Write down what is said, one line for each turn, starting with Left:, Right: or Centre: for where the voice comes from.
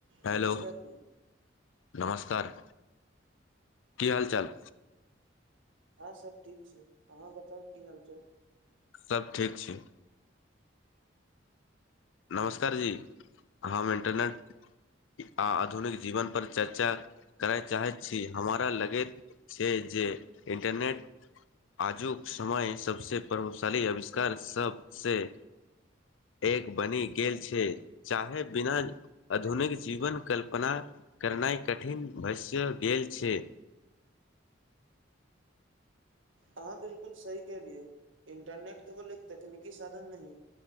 Left: hello
Right: नमस्कार जी
Left: नमस्कार की हाल चाल
Right: हँं सब ठीक छै अहाँ बताउ की हालचल
Left: सब ठीक छैए नमस्कार जी हम इंटरनेट आ आधुनिक जीवन पर चर्चा करय चाहैत छी हमरा लगैत छैए जे इन्टरनेट आजुक समय सबसे प्रभावशाली आविष्कार सब से एक बनि गेल छै चाहे बिना आधुनिक जीवन कल्पना करनाई कठिन वैशय गेल छै <inaudible>
Right: हां बिल्कुल सही कहलिअइ इंटरनेट केवल एक तकनीकी साधन नहि